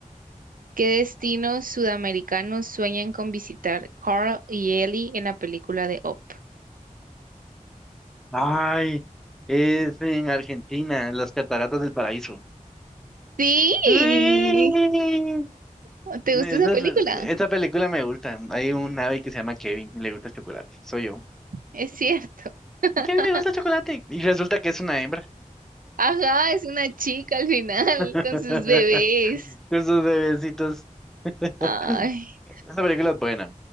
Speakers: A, on the right; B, in the centre.
A: ¿Qué destinos sudamericanos sueñan con visitar Carl y Ellie en la película de Up?
B: Ay, es en Argentina, en las Cataratas del Paraíso.
A: Sí.
B: ¡Uy!
A: ¡Ah! ¿Te
B: Esa,
A: gusta esa película?
B: esa película me gusta. Hay un ave que se llama Kevin y le gusta el chocolate. Soy yo.
A: Es cierto. <laughs>
B: ¿A Kevin le gusta el chocolate? Y resulta que es una hembra.
A: Ajá, es una chica al final
B: <laughs>
A: con sus bebés.
B: Con sus bebecitos. <laughs>
A: Ay,
B: Esa película es buena.